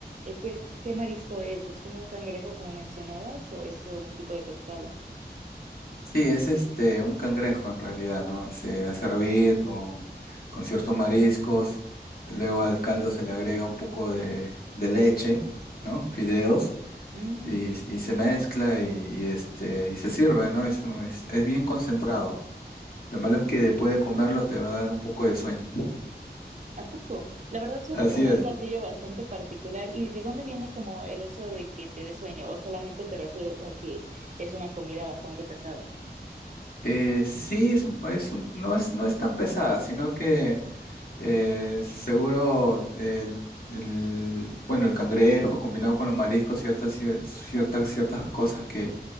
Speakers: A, on the right; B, on the left.
A: eh, qué, qué qué marisco es? ¿Es como un cangrejo, como mencionabas, o es un tipo de pescado?
B: Sí, es este un cangrejo en realidad, ¿no? Se hace hervir con, con ciertos mariscos, luego al caldo se le agrega un poco de, de leche, ¿no? Fideos
A: Mm,
B: y, y se mezcla y, y, este, y se sirve, ¿no? Es, un- es, es bien concentrado. Lo malo es que después de comerlo te va a dar un poco de sueño. <laughs>
A: ¿a poco? La verdad suena
B: Así
A: como
B: es.
A: un platillo bastante particular. ¿Y de dónde viene como el eso de que te dé sueño? ¿O solamente te refieres a que es una comida bastante pesada?
B: Eh, sí, es un- es un- no es, no es tan pesada, sino que eh, seguro el, el- bueno, el cangrejo combinado con los mariscos, ciertas, cier- ciertas, ciertas cosas que,